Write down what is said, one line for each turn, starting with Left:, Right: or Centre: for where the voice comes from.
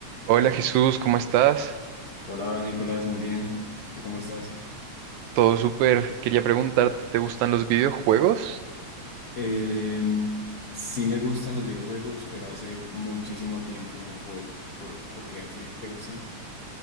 Right: Hola Jesús, ¿cómo estás?
Left: Hola Nicolás, muy bien. ¿Tú cómo estás?
Right: Todo súper. Quería preguntarte, ¿te gustan los videojuegos?
Left: Eh, sí me gustan los videojuegos, pero hace muchísimo tiempo no juego. ¿Por, por qué así te gustan?